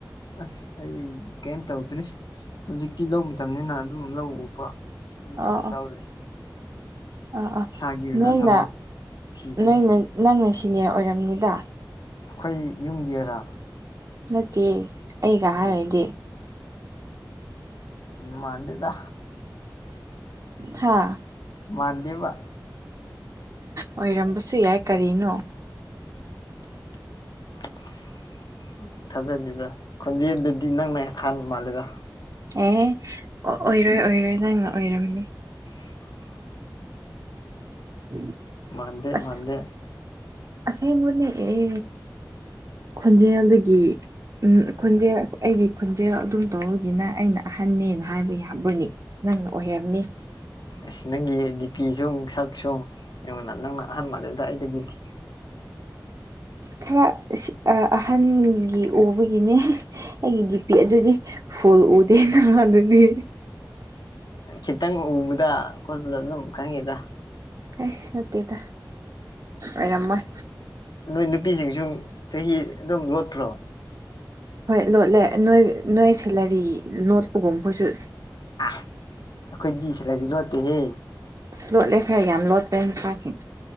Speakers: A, on the left; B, on the right.
A: ꯑꯁ ꯑꯩ ꯀꯩꯝ ꯇꯧꯗ꯭ꯔꯤ ꯍꯧꯖꯤꯛꯇꯤ ꯂꯧ ꯃꯇꯝꯅꯤꯅ ꯑꯗꯨꯝ ꯂꯧ ꯎꯕ <unintelligible>
B: ꯑꯣ ꯑꯣ ꯑꯥ ꯑꯥ
A: ꯏꯁꯥꯒꯤ ꯑꯣꯏꯅ
B: ꯅꯣꯏꯅ
A: ꯊꯕꯛ ꯊꯤꯗ꯭ꯔꯤ
B: ꯅꯣꯏꯅ ꯅꯪꯅ ꯁꯤꯅꯤꯌꯔ ꯑꯣꯏꯔꯝꯅꯤꯗ
A: ꯑꯩꯈꯣꯏ ꯌꯨꯝꯒꯤꯔ
B: ꯅꯠꯇꯦ ꯑꯩꯒ
A: ꯀꯔꯤ
B: ꯍꯥꯏꯔꯗꯤ
A: ꯃꯥꯟꯗꯦꯗ
B: ꯍꯥꯥ
A: ꯃꯥꯟꯗꯦꯕ
B: ꯑꯣꯏꯔꯝꯕꯁꯨ ꯌꯥꯏ ꯀꯔꯤꯅꯣ
A: <unintelligible> ꯊꯥꯖꯗꯦꯗ ꯈꯣꯟꯖꯦꯟꯗꯨꯗꯤ ꯅꯪꯅ ꯑꯍꯥꯟ ꯃꯥꯜꯂꯦꯗ
B: ꯑꯦ ꯑꯣ ꯑꯣꯏꯔꯣꯏ ꯑꯣꯏꯔꯣꯏ ꯅꯪꯅ ꯑꯣꯏꯔꯝꯅꯤ
A: <unintelligible> <inaudible>
B: <inaudible> <unintelligible>
A: ꯃꯥꯟꯗꯦ
B: ꯑꯁ
A: ꯃꯥꯟꯗꯦ
B: ꯑꯁꯦꯡꯕꯅꯦ ꯑꯦ ꯈꯣꯟꯖꯦꯜꯗꯒꯤ ꯎꯝ ꯈꯣꯟꯖꯦꯜ ꯑꯩꯒꯤ ꯈꯣꯟꯖꯦꯜ ꯑꯗꯨꯝ ꯇꯧꯔꯒꯤꯅ ꯑꯩꯅ ꯑꯍꯟꯅꯅ ꯍꯥꯏꯕ ꯌꯥꯕꯅꯤ ꯅꯪ ꯑꯣꯏꯝꯅꯤ
A: ꯑꯁ ꯅꯪꯒꯤ ꯗꯤꯄꯤ ꯁꯨ ꯁꯛ ꯁꯨ ꯑꯩꯡꯉꯣꯟꯗꯒꯤ ꯅꯪꯅ ꯑꯍꯥꯟꯕ ꯑꯗꯨꯗ ꯑꯩꯗꯒꯤꯗꯤ
B: ꯈꯔ ꯑꯍꯟꯒꯤ ꯎꯕꯒꯤꯅꯦ ꯑꯩꯒꯤ ꯗꯤꯄꯤ ꯑꯗꯨꯗꯤ ꯐꯨꯜ ꯎꯗꯦ ꯅꯍꯥꯟ ꯑꯗꯨꯅꯤ
A: ꯈꯤꯇꯪ ꯎꯕꯗ ꯈꯣꯠꯄꯗ ꯑꯗꯨꯝ ꯈꯪꯉꯤꯗ
B: ꯑꯩꯁ ꯅꯠꯇꯦꯗ ꯑꯣꯏꯔꯝꯃꯣꯏ
A: ꯅꯣꯏ ꯅꯨꯄꯤꯁꯤꯡꯁꯨ ꯆꯍꯤ ꯑꯗꯨꯝ ꯂꯣꯠꯇ꯭ꯔꯣ
B: ꯍꯣꯏ ꯂꯣꯠꯂꯦ ꯅꯣꯏ ꯅꯣꯏ ꯁꯦꯂꯔꯤ ꯅꯣꯠꯄꯒꯨꯝꯕꯁꯨ
A: ꯑ ꯑꯩꯈꯣꯏ ꯁꯤꯔꯗꯤ ꯂꯣꯠꯇꯦꯍꯦ
B: ꯂꯣꯠꯂꯦ ꯈꯔ ꯌꯥꯝ ꯂꯣꯠꯄꯩ ꯅꯨꯄꯥꯁꯤꯡ